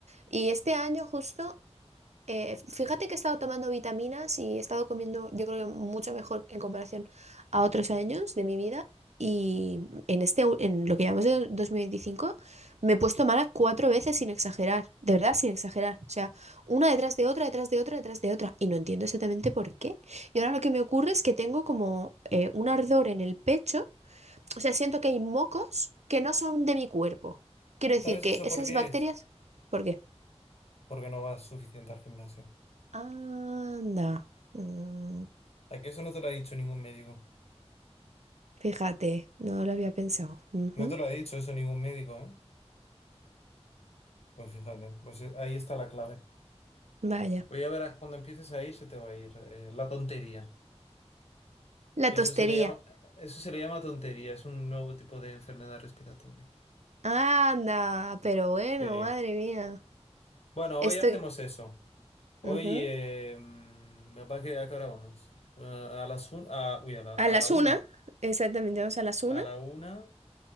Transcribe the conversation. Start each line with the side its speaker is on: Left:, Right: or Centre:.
Right: Y este año justo eh, fíjate que he estado tomando vitaminas y he estado comiendo, yo creo que mucho mejor en comparación a otros años de mi vida. Y en este, u- en lo que llamamos de 2025, me he puesto mala cuatro veces sin exagerar, de verdad sin exagerar. O sea, una detrás de otra, detrás de otra, detrás de otra. Y no entiendo exactamente por qué. Y ahora lo que me ocurre es que tengo como eh, un ardor en el pecho. O sea, siento que hay mocos que no son de mi cuerpo. Quiero decir
Left: ¿Sabes
Right: que
Left: eso
Right: esas
Left: por qué
Right: bacterias...
Left: es?
Right: ¿Por qué?
Left: Porque no vas suficiente al gimnasio.
Right: Anda. Mm,
Left: ¿A que eso no te lo ha dicho ningún médico?
Right: fíjate, no lo había pensado. Ujú,
Left: No te lo ha dicho eso ningún médico, ¿eh? Pues fíjate, pues eh, ahí está la clave.
Right: Vaya.
Left: Pues ya verás, cuando empieces a ir se te va a ir eh, la tontería.
Right: La
Left: Eso
Right: tostería.
Left: se le llama, eso se le llama tontería, es un nuevo tipo de enfermedad respiratoria.
Right: Anda, pero bueno,
Left: Sí.
Right: madre mía.
Left: Bueno,
Right: Estoy.
Left: hoy hacemos eso. Oye,
Right: ujú.
Left: mm, capaz que ¿a qué hora vamos? Ah, a las un, a, uy, a la,
Right: A
Left: a
Right: las
Left: la una.
Right: una. Exactamente, vamos a las una.
Left: A la una